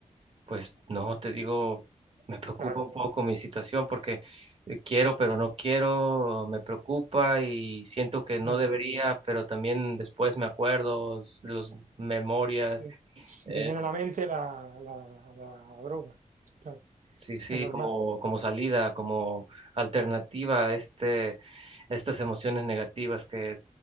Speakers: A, on the right; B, on the right.
A: Pues no, te digo, me preocupa
B: Claro.
A: un poco mi situación porque eh, quiero, pero no quiero, me preocupa y siento que no
B: Bueno,
A: debería,
B: pues
A: pero también después me acuerdo, s- los memorias.
B: sí. Se
A: eh,
B: te viene a la mente la, la, la droga. Claro,
A: Sí, sí,
B: es normal.
A: como, como salida, como alternativa a este, estas emociones negativas que